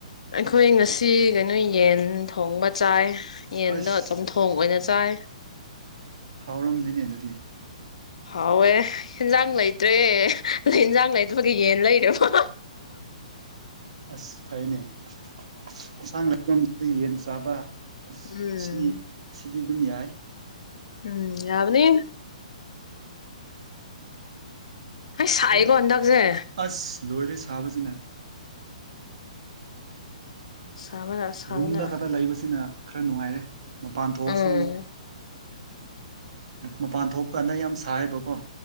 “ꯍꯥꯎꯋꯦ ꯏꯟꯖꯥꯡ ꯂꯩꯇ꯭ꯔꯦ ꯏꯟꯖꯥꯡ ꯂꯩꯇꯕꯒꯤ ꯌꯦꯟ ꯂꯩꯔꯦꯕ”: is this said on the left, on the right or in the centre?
Left